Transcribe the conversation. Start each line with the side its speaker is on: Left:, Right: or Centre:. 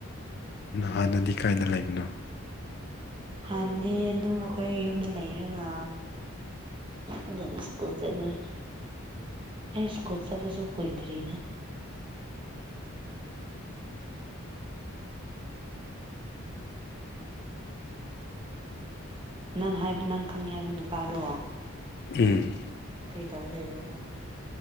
Left: ꯍꯥꯟꯅꯗꯤ ꯀꯥꯏꯗ ꯂꯩꯕꯅꯣ
Right: ꯍꯥꯟꯗꯤ ꯑꯗꯨꯝ ꯑꯩꯈꯣꯏ ꯌꯨꯝꯗ ꯂꯩꯔꯒ ꯑꯗꯨꯝ ꯏꯁꯀꯨꯜ ꯆꯠꯂ‌ꯦ ꯑꯩ ꯏꯁꯀꯨꯜ ꯆꯠꯄꯁꯨ ꯀꯨꯏꯗꯔꯤꯗ ꯅꯪ ꯍꯥꯏꯕ ꯅꯪ ꯈꯪꯉꯦ ꯍꯥꯏꯕ ꯅꯨꯄꯥꯗꯣ
Left: ꯎꯝ
Right: ꯀꯔꯤ ꯇꯧꯕ ꯂꯩꯕ꯭ꯔꯣ ꯀꯣ